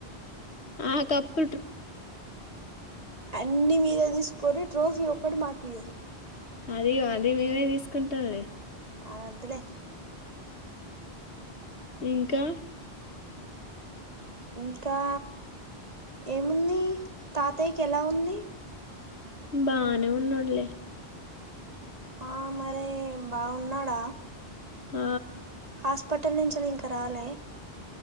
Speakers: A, on the left; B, on the right.
A: ఆ కప్పుకే
B: అన్ని మీరే తీసుకొని ట్రోఫీ ఒక్కటి మాకీయ్యండి
A: అది అది మీ నే తీసుకుంటాలే
B: అ వద్దులే
A: ఇంకా
B: ఇంకా ఏముంది తాతయ్యకి ఎలా ఉంది
A: బానే ఉన్నాడులే
B: ఆ మరి బాగున్నాడా
A: ఆ
B: హాస్పిటల్ నుంచి ఇంక రాలే